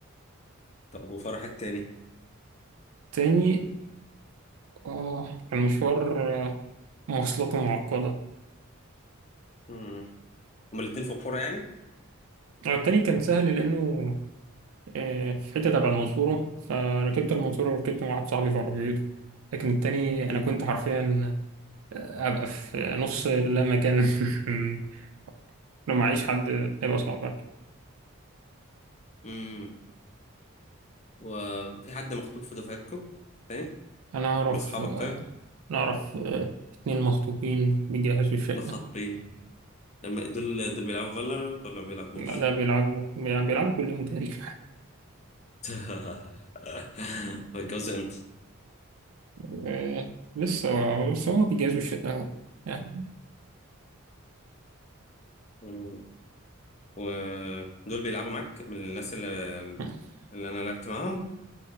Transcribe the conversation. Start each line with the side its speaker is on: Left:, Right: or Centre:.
Left: طب وفرح التاني؟
Right: تاني آه، كان مشوار آه، مواصلاته معقدة
Left: امم هما الاتنين في القرى يعني؟
Right: آه، التاني كان سهل لأنه آه، في حتة تبع المنصورة فركبت المنصورة وركبت مع واحد صاحبي في عربيته لكن التاني
Left: امم
Right: أنا كنت حرفيا ابقى في نص اللامكان <laughs> لو معيش حد هيبقى صعب برضه
Left: امم وفي حد مخطوب في دفعتكم تاني؟
Right: انا اعرف
Left: من أصحابك طيب؟
Right: نعرف اتنين مخطوبين بيجهزوا الشقة
Left: مخاطبين لما دول دول بيلعبوا فالورانت ولا ما بيلعبوش؟
Right: لا ده بيلعبوا بيلعبوا كل يوم تقريبا
Left: <laughs> هيتجوزوا
Right: <laughs> آه، لسه بس هما بيجهزوا الشقة أهو. يعني
Left: امتى؟ ودول بيلعبوا معاك من الناس اللي,
Right: <laughs>
Left: اللي انا لعبت معاهم